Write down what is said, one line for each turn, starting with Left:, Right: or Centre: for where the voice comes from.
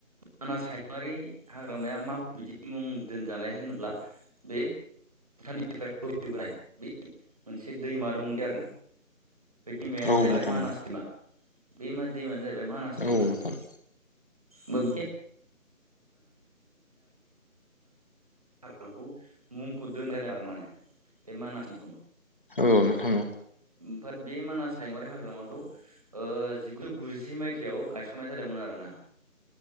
Right: मानास हायुंङारि हाग्रामाया मा बिदि मुं दोनजानाय होनोब्ला बे भुटाननिफ्राय बोहैबोनाय बे मोनसे दैमा दं दे आरोना बे दैमायानो
Left: औ
Right: जाहैबाय
Left: नोंथां
Right: मानास
Left: औ
Right: दैमा बे मा दैमायानो जाहैबाय मानास
Left: नोंथां
Right: दैमा
Left: औ नोंथां औ नोंथां औ नोंथां औ नोंथां औ नोंथां औ नोंथां औ नोंथां औ नोंथां औ नोंथां औ नोंथां औ नोंथां औ नोंथां औ नोंथां
Right: <unintelligible> बेखौ मुंखौ दोननाय जादों आरो माने बे मानासनिखौ
Left: औ नोंथां औ
Right: ओम बे मानास हायङरारि हाग्रामाखौ ओ जिगुजौ गुजि मायथाइयाव गायसननाय जादोंमोन आरोना